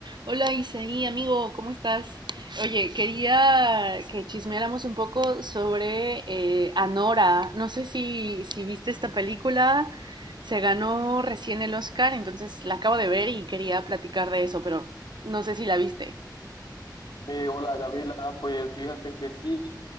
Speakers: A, on the right; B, on the left.
A: Hola Isaí, amigo, ¿cómo estás? Oye, quería que chismeáramos un poco sobre eh, Anora. No sé si, si viste esta película, se ganó recién el Oscar, entonces la acabo de ver y quería platicar de eso, pero no sé si la viste.
B: Eh, hola Gabriela, pues fíjate que sí,